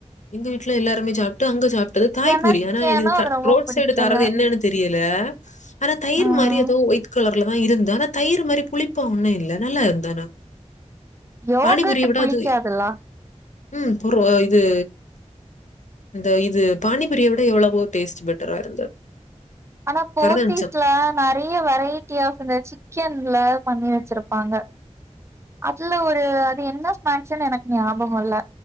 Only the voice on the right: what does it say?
எனக்கேனோ
அது ரொம்ப
புடிக்கல
ம்
யோகட்
புளிக்காதுல்ல
ஆனா போத்தீஸ்ல
நெறயா வெரைட்டியா இந்த சிக்கன்ல பண்ணி வச்சிருப்பாங்க அதுல ஒரு அது என்ன ஸ்நாக்ஸ்ன்னு எனக்கு ஞாபகோ இல்ல